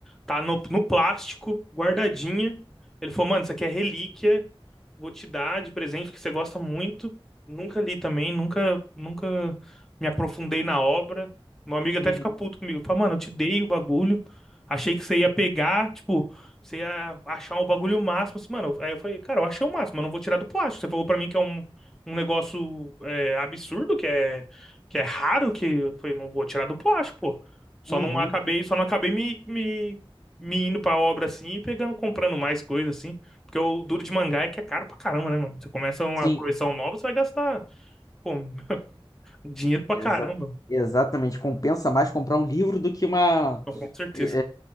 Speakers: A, in the centre; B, on the left.
A: Tá no, no plástico, guardadinha. Ele falou, mano, isso aqui é relíquia, vou te dar de presente, porque você gosta muito. Nunca li também, nunca, nunca me aprofundei na obra. Meu amigo até
B: Uhum.
A: fica puto comigo. Fala, mano, eu te dei o bagulho, achei que você ia pegar, tipo, você ia achar o bagulho máximo. Assim, mano, aí eu falei, cara, eu achei o máximo, eu não vou tirar do plástico. Você falou pra mim que é um um negócio é, absurdo, que é, que é raro, que eu falei, não vou tirar do plástico, pô. Só
B: Uhum.
A: não acabei, só não acabei me, me, me indo pra obra assim e pegando, comprando mais coisa assim. Porque o duro de mangá é que é caro pra caramba, né, mano? Você começa uma
B: Sim,
A: coleção nova, você vai gastar, pô, <laughs> dinheiro pra
B: exa-
A: caramba.
B: exatamente. Compensa mais comprar um livro do que uma
A: Então, com certeza.
B: é,